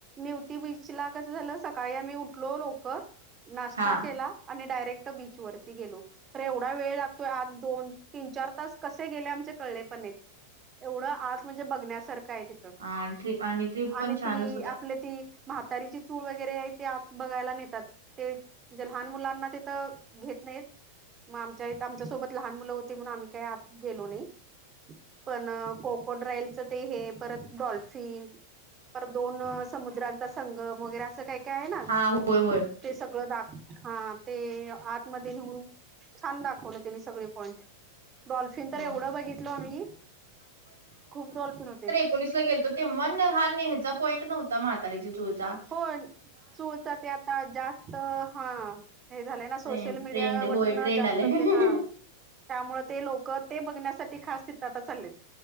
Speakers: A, on the right; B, on the right.
A: निवती बीच लां कसं झालं सकाळीं आम्हीं उठलो लवकरं नाश्तां
B: हा
A: केलां आणि डायरेक्टं बीचं वरती गेलो खरं एवढां वेंळं लागतोयं आंज दोन तीनं चार तांस कसे गेले आमचे कळले पणं ई एवढं आंत मंध्यें बघण्यांसांरखं आहे तिथं
B: हां ट्रीप आणि ट्रिप पणं
A: आणि
B: छानचं
A: ती
B: होत्यां
A: आपले ती म्हातांरीची चूळं वगैरें आहे ते आंत बघांयलां नेतांत ते म्हणजे लहांन मुलांना तेथे घेतं नाहीतं मंग आमच्यां आमच्यांसोबतं लहांन मुलं होती म्हणून आम्हीं कांहीं आंत गेलो नाहीं पणं कोको ड्राईलचं ते हे परंत डॉल्फ सेप पांर दोन समुद्रांचा संगम वगैरें असं कांहीं कायं आहे नां
B: हा होय होय
A: ते सगळं दाखवून हां ते आतमंध्ये नेहूंन छान दाखवलं त्यांने सगळें पॉइंट डॉल्फिन तरं
B: होय.
A: एवढं बघितलो आम्हीं खूंप डॉल्फिन होते
B: कोणीसलां गेलतो तेंव्हा हां नेहंचा पॉईंट नव्हतां म्हातांरीच्यां चुळंचां
A: हो चूळंचां ते आतां जास्तं हां हे झालंय नां
B: ट्रेंड
A: सोशल मीडियां
B: ट्रेंड
A: वूंन
B: होय ट्रेंड
A: जास्तं
B: आलंय.
A: ते हां त्यामुळें ते लोकं ते बघण्यांसांठी खांस तिथं आतां चाललेलं